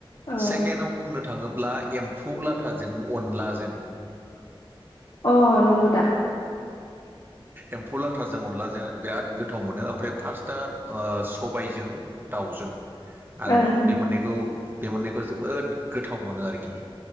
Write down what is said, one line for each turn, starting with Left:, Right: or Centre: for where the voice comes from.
Left: औ
Right: सेकेडआव बुंनो थाङोब्ला एम्फौ लाथाजों अनलाजों।
Left: अ नंग'दा
Right: एम्फौ लाथाजों अनलाजों आं बिराद गोथाव मोनो ओमफ्राय फार्स्टआ सबायजों दाउजों आं
Left: ओं ओं
Right: बे मोननैखौ बे मोननायखौ जोबोद गोथाव मोनो आरोखि